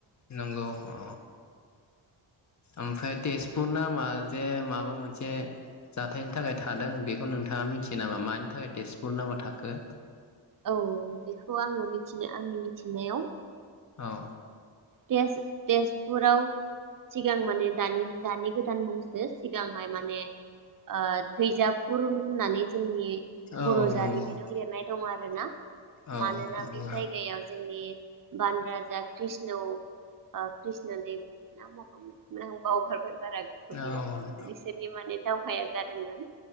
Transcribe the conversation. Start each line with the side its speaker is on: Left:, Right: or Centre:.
Left: नंगौ अ ओमफ्राय तेजपुर नामा जे माबा मोनसे जाथायनि थाखाय थादों बेखौ नोंथाङा मिथियो नामा मानि थाखाय तेजपुर नामा थाखो?
Right: औ बेखौ आङो मिथिनो आंनि मिथिनायाव
Left: औ
Right: तेज-तेजपुराव सिगां माने दानि दानि गो भुटान मुंसो सिगांहाय माने ओ थैजाब। रुल होननानै जोंनि
Left: औ
Right: बर' जारिमिनाव
Left: नंगौ
Right: लिरनाय दं आरो। ना
Left: औ
Right: मानोना
Left: नंगौ
Right: बे जायगायाव जोंनि बान राजा रा कृष्ण ओ कृष्णदे ना बावगारबाय बारा गोसोयाव गैया
Left: औ
Right: बिसोरनि माने दावहाया जादोंमोन।